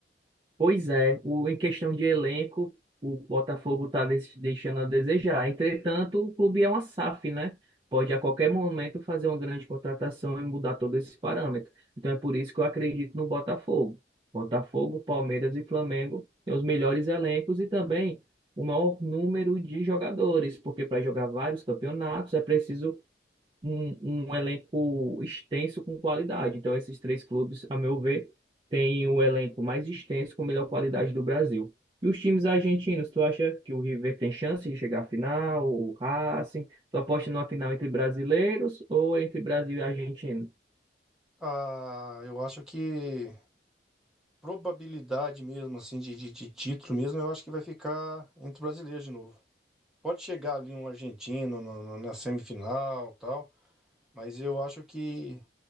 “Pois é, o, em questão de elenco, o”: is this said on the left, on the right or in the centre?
Right